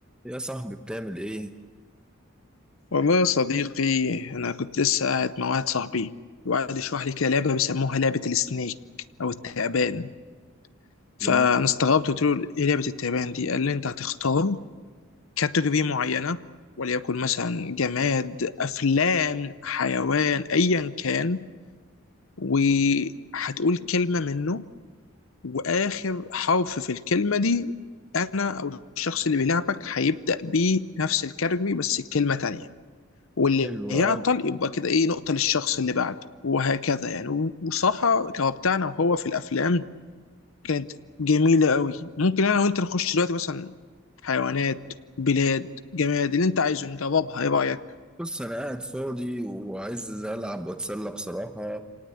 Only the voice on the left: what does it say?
والله يا صديقي أنا كنت لسه قاعد مع واحد صاحبي وقعد يشرح لي كده لعبة بيسموها لعبة السنيك أو التعبان فأنا
استغربت قلت له إيه لعبة التعبان دي؟ قال لي أنت هتختار كاتيجوري معينة وليكن مثلا جماد أفلام حيوان أيا كان وهتقول كلمة منه وآخر حرف في الكلمة دي أنا أو الشخص اللي بيلعبك هيبدأ بنفس الكاتيجوري بس كلمة تانية واللي
يعطل
يبقى كده ايه نقطة للشخص اللي بعده وهكذا يعني وصراحة كهو بتاعنا وهو في الأفلام كانت جميلة قوي ممكن أنا وأنت نخش دلوقتي مثلا حيوانات بلاد جماد اللي أنت عايزه نجربها إيه رأيك؟